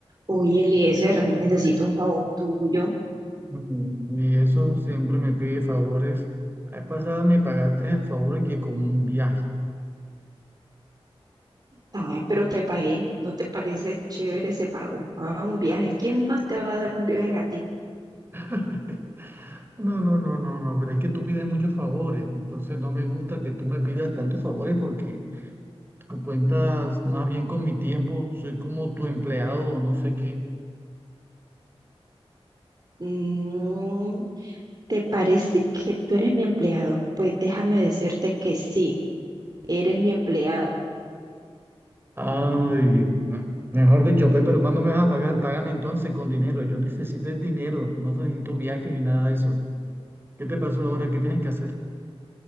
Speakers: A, on the right; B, on the right.
A: Oye, Eliezer, necesito un favor tuyo.
B: Mm, Y eso siempre me pide favores. La vez pasada me pagaste el favor y que con un viaje.
A: Ah, pero te pagué. ¿No te parece chévere ese pago? Ah, un viaje. ¿Quién más te va a dar un viaje a ti?
B: <laughs> No, no, no, no, no, pero es que tú pides muchos favores. Entonces no me gusta que tú me pidas tantos favores porque tú cuentas más bien con mi tiempo. Soy como tu empleado o no sé qué.
A: Mm, ¿te parece que tú eres mi empleado? Pues déjame decirte que sí, eres mi empleado.
B: Ay, no. mejor dicho, pues, pero ¿cuándo me vas a pagar? Págame entonces con dinero. Yo necesito el dinero. No necesito viaje ni nada de eso. ¿Qué te pasó ahora? ¿Qué tienes que hacer?